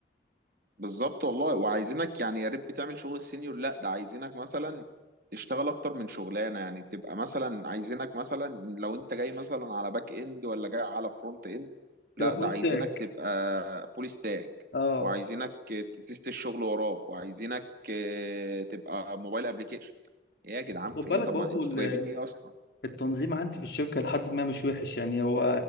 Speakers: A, on the right; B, on the left.
A: بالظبط والله وعايزينك يعني يا ريت بتعمل شغل السينيور لا ده عايزينك مثلا تشتغل اكتر من شغلانه يعني تبقى مثلا عايزينك مثلا لو انت جاي مثلا على باك اند ولا جاي على فرونت اند لا
B: تبقى فول
A: ده عايزينك
B: ستاك
A: تبقى فول ستاك
B: اه
A: وعايزينك تتست الشغل وراك وعايزينك آه، تبقى موبايل ابلكيشن ايه يا جدعان
B: بس خد
A: في
B: بالك
A: ايه طب
B: برضه
A: ما انتوا
B: ال-
A: جايبين ايه اصلا
B: التنظيم عندي في الشركه لحد ما مش وحش يعني هو